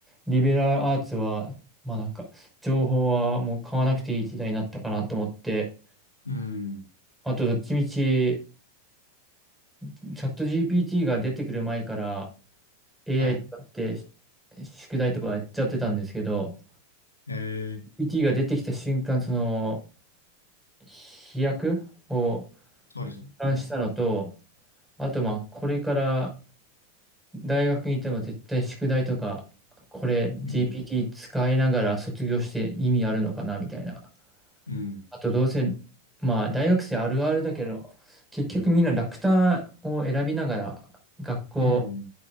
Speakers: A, in the centre; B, on the left.
A: リベラルアーツは、まあなんか、情報はもう買わなくていい時代になったかなと思って、
B: うん。
A: あとどっちみち、チャット GPT が出てくる前から AI
B: はい。
A: 使って宿題とかやっちゃってたんですけど、
B: えー、
A: GPT が出てきた瞬間、その、飛躍を、
B: そうですね。
A: 感したのと、
B: はい
A: あとまあ、これから大学に行っても絶対宿題とか、これ GPT
B: うん。
A: 使いながら卒業して意味あるのかなみたいな。
B: うん。
A: あとどうせ、まあ大学生あるあるだけど、結局みんな楽単を選びながら学校
B: うん。